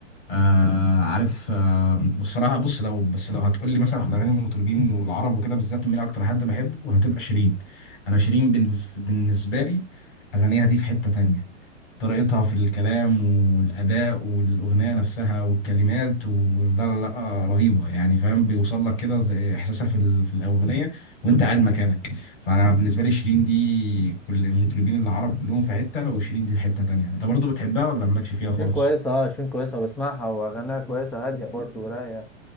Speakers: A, on the left; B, in the centre.
A: آه عارف آه بصراحه بص لو بس لو هتقول لي مثلا في الاغاني المطربين والعرب وكده بالذات مين اكتر حد بحبه هتبقى شيرين انا شيرين بالنس- بالنسبه لي اغانيها دي في حته تانية طريقتها في الكلام والاداء والاغنيه نفسها والكلمات ولا لا لا آه، رهيبه يعني فاهم بيوصل لك كده زي احساسها في ال- في الاغنيه وانت قاعد مكانك فانا بالنسبه لي شيرين دي كل المطربين العرب كلهم في حته وشيرين دي في حته تانية انت برضو بتحبها ولا مالكش فيها خالص؟
B: شين كويسة اه شين كويسة بسمعها وأغانيها كويسة هادية برضه ورايقة